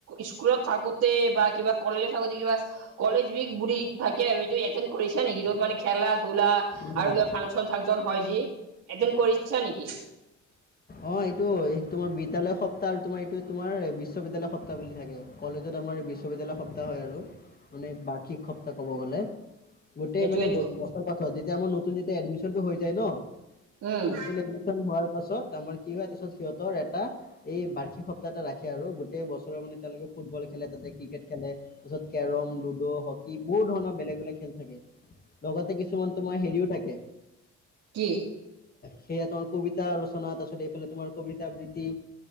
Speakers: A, on the right; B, on the left.
A: স্কুলত থাকোতে বা কিবা কলেজত থাকোতে কিবা কলেজ বুলি থাকে আৰু এইটো এটেন্দ কৰিছা নেকি য'ত মানে খেলা ধূলা
B: উম।
A: আৰু কিবা ফাংচন চাংচন হয় যি এটেন্দ কৰিছা নেকি?
B: অ এইটো সোমাৰ <unintelligible> বিদ বিদ্যালয় সপ্তাহ আৰু তোমাৰ এইটো তোমাৰ বিশ্ববিদ্যালয় সপ্তাহ বুলি থাকে কলেজত আমাৰ বিশ্ববিদ্যালয় সপ্তাহ হয় আৰু। মানে বাৰ্ষিক সপ্তাহ ক'ব গ'লে। গোটেই
A: সেইটোৱেটো
B: মানে বছৰ পাছত যেতিয়া আমাৰ নতুন যেতিয়া এডমিচন টো হৈ যায় ন।
A: উম
B: নতুন এডমিশন হোৱাৰ পাছত। আমাৰ কি হয় তাৰ পিছত সিহঁতৰ এটা এই বাৰ্ষিক সপ্তাহ এটা ৰাখে আৰু গোটেই বছৰৰ মানে তেওঁলোকে ফুটবল খ খেলে তাতে ক্ৰিকেট খেলে তাৰপিছত কেৰম। লুডো হকী বহুত ধৰণৰ বেলেগ বেলেগ খেল থাকে লগতে কিছুমান তোমাৰ হেৰিও থাকে
A: কি?
B: সেপয়া <unintelligible> তোমাৰ <unintelligible> কবিতা ৰচনা তাৰ পিছত এইফালে তোমাৰ কবিত আবৃত্তি।